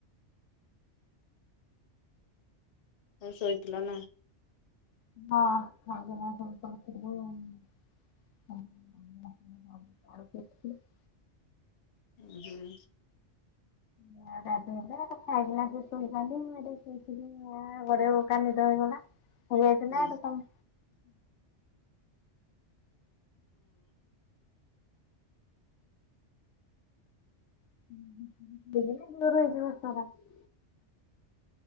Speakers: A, on the left; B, on the left.
A: ତମେ ଶୋଇଥିଲ ନା?
B: ହଁ <inaudible> <unintelligible>
A: ଉଁ ହୁଁ।
B: ମା ଗାଧେଇଲା ଖାଇଲା ସେ ଶୋଇଚନ୍ତି ମୁଁ ଏଠେ ଶୋଇଥିଲି। ମା ଗଡ଼େଇ ହଉ ହଉ କା ନିଦ ହେଇଗଲା ହେଇଯାଇଥିଲା
A: ହଁ
B: କି ତମ୍ <unintelligible>